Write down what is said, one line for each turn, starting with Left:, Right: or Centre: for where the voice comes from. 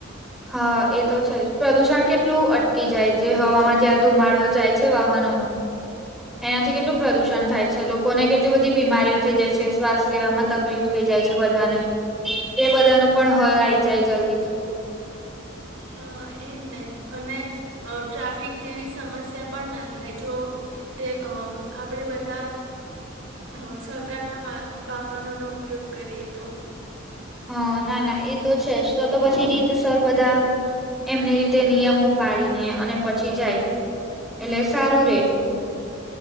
Centre: હા એ તો છે જ પ્રદુષણ કેટલું અટકી જાય જે હવામાં જ ધુમાડો જાય છે વાહનો ન એનાથી કેટલું પ્રદુષણ
Right: હા
Centre: થાય. છે લોકોને કેટલી બધી બીમારીઓ થઈ જાય છે શ્વાસ લેવામાં તકલીફ થઈ જાય છે બધાને. એ બધા ન પણ હલ આઈ જાય જલ્દી થી.
Right: હા એજ ને અને, અ ટ્રાફિક જેવી સમસ્યા પણ ના થાય જો તે આપણેે બધા,
Centre: <inaudible>
Right: હ સરકારના વા વાહનોનો ઉપયોગ કરીએ તો
Centre: હા ના ના એ તો છે જ તો તો પછી રીત સર બધા એમની રીતે નિયમો પાડીને અને પછી જાય એટલે સારું રે એટલું. <inaudible>